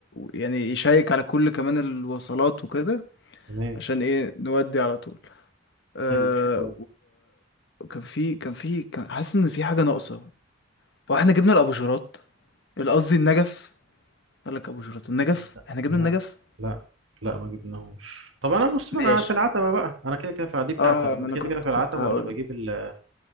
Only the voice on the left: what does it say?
يعني يشيك على كل كمان الوصلات وكده
عشان ايه نودي على طول أه
وكان في كان في كان حاسس ان في حاجة ناقصة واحنا جبنا الابوجرات قصدي النجف قال لك ابوجرات النجف
احنا جبنا
النجف
ماشي
اه
ما
انا
كنت
كنت
هقول